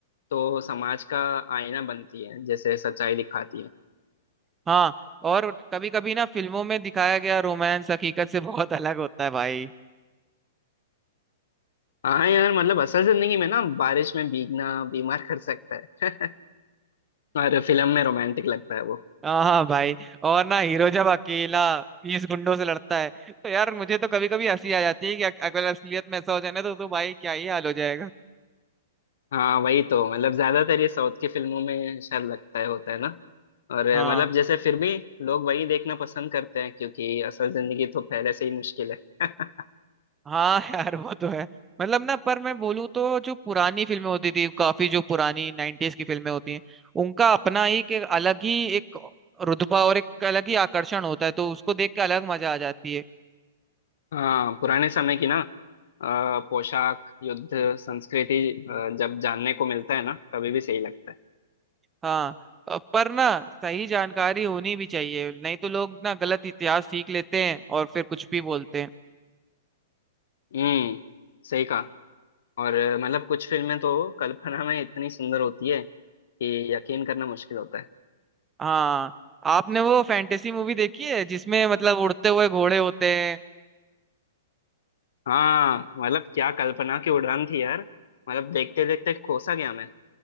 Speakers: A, on the left (about 65°); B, on the right (about 15°).
A: तो समाज का आईना बनती है जैसे सच्चाई दिखाती है
B: हाँ और कभी कभी ना फिल्मों में दिखाया गया रोमांस हकीकत से <laughs> बहुत अलग होता है भाई
A: हाँ यार मतलब असल जिंदगी में ना बारिश में भीगना बीमार कर सकता है <laughs> और फिल्म में रोमांटिक लगता है वो
B: हाँ हाँ भाई और ना हीरो जब अकेला बीस गुंडों से लड़ता है तो यार मुझे तो कभी कभी हंसी आ जाती है कि अ- अगर असलियत में ऐसा हो जाए ना तो, तो भाई क्या ही हाल हो जाएगा
A: हाँ वही तो मतलब ज्यादातर ये साउथ की फिल्मों में शायद लगता है होता है ना और अ,
B: हाँ
A: मतलब जैसे फिर भी लोग वही देखना पसंद करते हैं क्योंकि असल जिंदगी तो पहले से ही मुश्किल है <laughs>
B: हाँ <laughs> यार वो तो है मतलब ना पर मैं बोलूँ तो जो पुरानी फिल्में होती थी काफी जो पुरानी नाइन्टीज की फिल्में होती हैं उनका अपना ही एक अलग ही एक रुतबा और एक अलग ही आकर्षण होता है तो उसको देख के अलग मजा आ जाती है
A: हाँ पुराने समय की ना अ, पोशाक युद्ध संस्कृति अ, जब जानने को मिलता है ना तभी भी सही लगता है
B: हाँ अ, पर ना सही जानकारी होनी भी चाहिए नहीं तो लोग ना गलत इतिहास सीख लेते हैं और फिर कुछ भी बोलते हैं
A: हम्म सही कहा और अ, मतलब कुछ फिल्में तो कल्पना में इतनी सुंदर होती है कि यकीन करना मुश्किल होता है
B: हाँ आपने वो फैंटेसी मूवी देखी है जिसमें मतलब उड़ते हुए घोड़े होते हैं
A: हाँ मतलब क्या कल्पना की उड़ान थी यार मतलब देखते देखते खो सा गया मैं